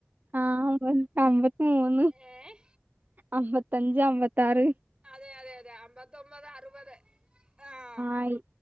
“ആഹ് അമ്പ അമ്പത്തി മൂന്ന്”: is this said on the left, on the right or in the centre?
Right